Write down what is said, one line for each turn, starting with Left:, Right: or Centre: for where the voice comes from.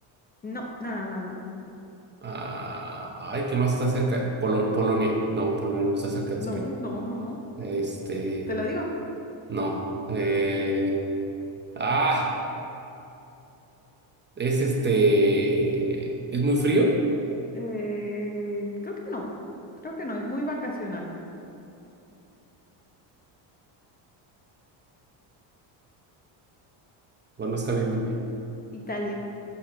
Left: No, nada, nada.
Right: Ah, ay, ¿qué más está cerca? Polo- Polonia. No, Polonia no está cerca
Left: No,
Right: de España.
Left: no, no, no.
Right: Este,
Left: Te lo digo.
Right: no. Eh, ah, es este. ¿Es muy frío?
Left: Eh, creo que no. Creo que no. Es muy vacacional.
Right: Bueno, está bien, dime.
Left: Italia.